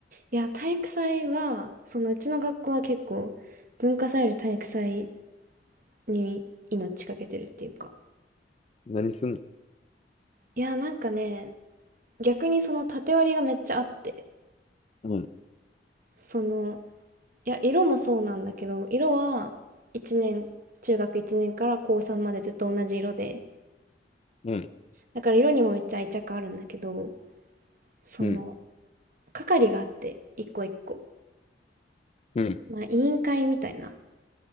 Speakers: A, on the right; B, on the left.
A: いや、体育祭は、そのうちの学校は結構文化祭より体育祭に命かけてるっていうか。
B: 何すんの
A: いや、なんかね、逆にその縦割りがめっちゃあって、
B: うん、
A: そのいや、色もそうなんだけど、色は1年、中学1年から高3までずっと同じ色で、
B: うん、
A: だから色にもめっちゃ愛着あるんだけど、その、
B: うん、
A: 係があって、一個一個。
B: うん、
A: まあ、委員会みたいな。